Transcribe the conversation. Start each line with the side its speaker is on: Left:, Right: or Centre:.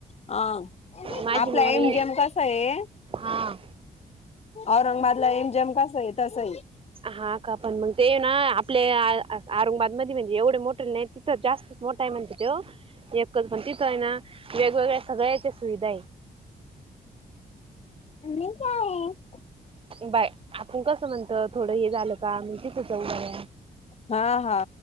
Left: हा
Right: माझी
Left: आपला
Right: मम्मी
Left: एमजेम कस आहे
Right: हा
Left: औरंगाबादला एमजेम कसा हाय तसं हाय.
Right: हा का, पण मग ते ना आपल्या औरंगाबादमध्ये म्हणजे एवढे मोटले नाही तथं जास्त मोठा आहे म्हणत तो एकच पण, तिथं आहे ना वेगवेगळ्या सगळ्याच्या सुविधा आहे.
Left: <unintelligible>
Right: बाय, आपुण कसं म्हणतत? हे झालं का म तिथे जाऊन राहूया.
Left: हा हा